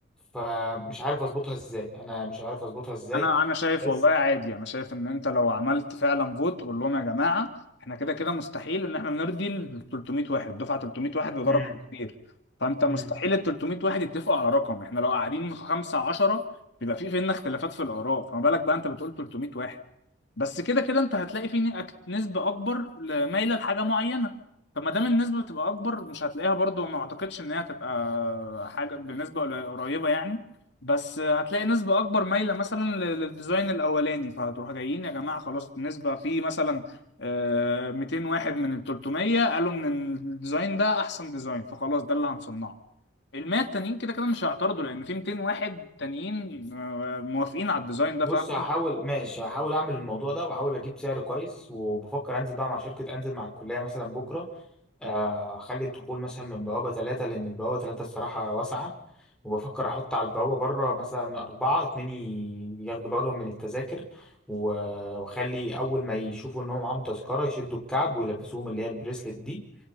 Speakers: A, in the centre; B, on the left (about 60°).
A: فمش عارف اظبطها ازاي انا مش عارف اظبطها ازاي
B: انا انا شايف
A: بس
B: والله عادي انا شايف ان انت لو عملت فعلا فوت قول لهم يا جماعه احنا كده كده مستحيل ان احنا نرضي ال 300 واحد دفعه 300 واحد وده
A: امم
B: رقم كبير فانت مستحيل
A: امم
B: ال 300 واحد يتفقوا على رقم احنا لو قاعدين 5 10 بيبقى في فينا اختلافات في الاراء فما بالك بقى انت بتقول 300 واحد بس كده كده انت هتلاقي فيه نك- نسبة اكبر ل- مايلة لحاجة معينة فما دام النسبة بتبقى اكبر مش هتلاقيها برضو ما اعتقدش ان هي هتبقى حاجة بنسبة قلي- قريبة يعني بس هتلاقي نسبة اكبر مايلة مثلا ل- للديزاين الاولاني فهتروح جايين يا جماعة خلاص النسبة في مثلا آه، 200 واحد من ال 300 قالوا ان الديزاين ده احسن ديزاين فخلاص ده اللي هنصنعه ال 100 التانيين كده كده مش هيعترضوا لان في 200 واحد تانيين آه، موافقين على الديزاين ده
A: بص
B: فاهم
A: هحاول ماشي هحاول اعمل الموضوع ده واحاول اجيب سعر كويس وبفكر انزل بقى مع شركه انزل مع الكليه مثلا بكره آه، اخلي الدخول مثلا من بوابة ثلاثة لأن البوابة ثلاثة الصراحة واسعة وبفكر أحط على البوابة بره مثلا أربعة اتنين ي- ياخدوا بالهم من التذاكر و- وأخلي أول ما يشوفوا إن هو معاهم تذكرة يشدوا الكعب ويلبسوهم اللي هي البريسلت دي